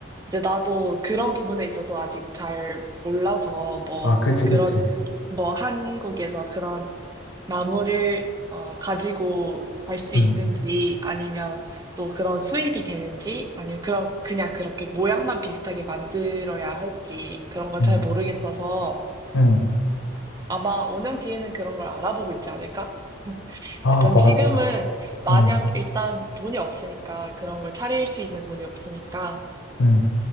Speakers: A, on the right; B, on the left.
A: 이제 나도 그런 부분에 있어서 아직 잘 몰라서, 뭐,
B: 아, 그치,
A: 그런,
B: 그치.
A: 뭐, 한국에서 그런 나무를 어, 가지고 갈 수
B: 응,
A: 있는지 아니면 또 그런 수입이 되는지 아니면 그런 그냥 그렇게 모양만 비슷하게 만들어야 할지 그런 건
B: 응,
A: 잘 모르겠어서
B: 응.
A: 아마 5년 뒤에는 그런 걸 알아보고 있지 않을까? <laughs>
B: 아,
A: 약간
B: 맞아.
A: 지금은 마냥
B: 응,
A: 일단 돈이 없으니까 그런 걸 차릴 수 있는 돈이 없으니까
B: 응.